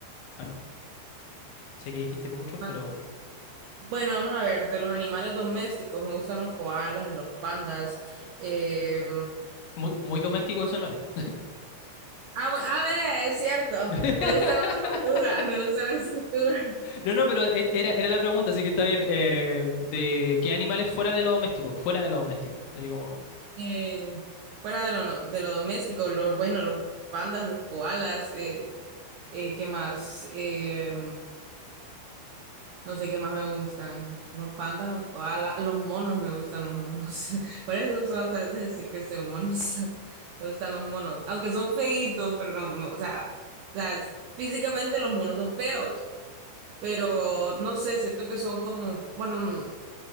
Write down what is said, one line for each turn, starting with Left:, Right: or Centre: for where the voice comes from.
Left: Bueno, sé que dijiste muchos,
Right: Ah,
Left: pero
Right: Bueno, vamos a ver, de los animales domésticos me gustan los koalas, los pandas. eh,
Left: muy, muy doméstico eso no es.
Right: ah, bueno, a ver, es cierto,
Left: <laughs>
Right: me gustan las tortugas, me gustan las tortugas. <laughs>
Left: No, no, pero e- era, era la pregunta, así que está bien. Eh, ¿de qué animales fuera de lo doméstico? Fuera de lo doméstico. Así como,
Right: Eh, fuera de lo, no- de lo doméstico, los, bueno, los pandas, los koalas, el- eh, ¿qué más? Eh, No sé qué más me gustan. Los pandas, los koalas, los monos me gustan los monos. <laughs> Por eso uso bastante decir que son monos. <laughs> Me gustan los monos. Aunque son feitos, pero no, no, o sea, o sea, físicamente los monos son feos. Pero no sé, siento que son como, bueno, mm,